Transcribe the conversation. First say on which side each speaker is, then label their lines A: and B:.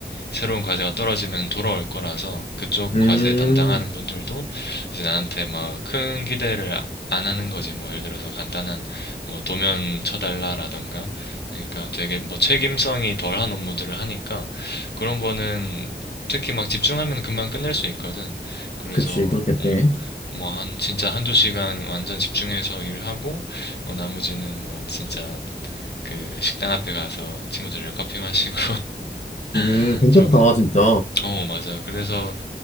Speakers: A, on the left; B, on the left.
A: 새로운 과제가 떨어지면 돌아올 거라서 그쪽
B: 음,
A: 과제 담당하는 분들도 이제 나한테 막 큰 기대를 안 하는 거지. 뭐 예를 들어서 간단한 뭐 도면 쳐달라라던가 그러니까 되게 뭐 책임성이 덜한 업무들을 하니까 그런 거는 특히 막 집중하면 금방 끝낼 수 있거든. 그래서
B: 그치. 그렇겠네.
A: 어, 뭐 한 진짜 한두 시간 완전 집중해서 일하고 어, 나머지는 뭐 진짜 그 식당 앞에 가서 친구들이랑 커피 마시고
B: 음,
A: <laughs>
B: 괜찮다,
A: 조금
B: 진짜.
A: 어, 맞아요. 그래서